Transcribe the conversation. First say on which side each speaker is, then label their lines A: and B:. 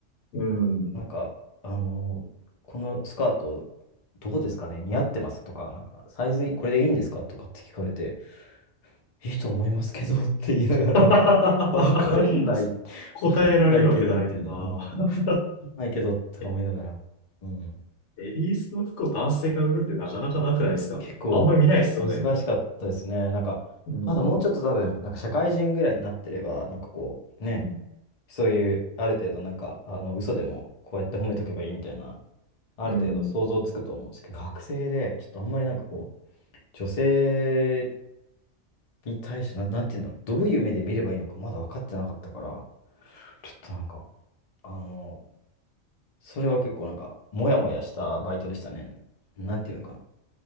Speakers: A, on the left; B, on the left.
A: うん。
B: なんか、あのーこのスカート、どうですかね似合ってますとか、なんか、サイズいこれでいいんですかとかって聞かれて、いいと思いますけどって言いながら、
A: <laughs>
B: <laughs> わかんない、
A: いいです。答えられるわけないのな。
B: わかんないけど、みたいな、うん、わか
A: <laughs>
B: んないけどとか思いながら、
A: え、
B: うん、
A: レディースの服を男性が売るってなかなかなくないですかあんまり見ないですよね。
B: 結構難しかったですね。なんか、
A: うん、
B: まだもうちょっと多分、なんか社会人ぐらいになってれば、なんかこう、ね、
A: うん、
B: そういう、ある程度なんか、あの、嘘でもこうやって褒めとけばいいみたいな、ある程度想像つくと思うんですけど、
A: うん。
B: 学生で、ちょっとあんまりなんかこう、女性に対して、な、なんていうんだろう、どういう目で見ればいいのかまだ分かってなかったから、ちょっとなんか、あの、それは結構なんか、モヤモヤしたバイトでしたね。なんていうのかな。